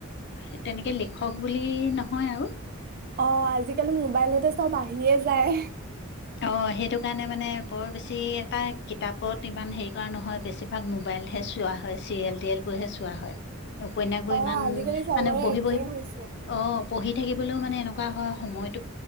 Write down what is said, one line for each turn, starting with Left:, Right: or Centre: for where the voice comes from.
Left: এ তেনেকে লিখক বুলি নহয় আৰু
Right: অ আজিকালি মোবাইলতে চব আছে আহিয়ে যায়
Left: অ সেইটো কাৰণে মানে বৰ বেছি এটা কিতাপত ইমান হেৰি কৰা নহয় বেছিভাগ মোবাইলহে চোৱা হয় চিৰিয়েল টৰিয়েলবোৰহে চোৱা হয় উপনয়াসবোৰ
Right: অ
Left: ইমান
Right: আজিকালি চবৰে
Left: মানে বহি
Right: একেই
Left: বহি
Right: হৈছে
Left: অ পঢ়ি থাকও মানে এনেকুৱা হয় সময়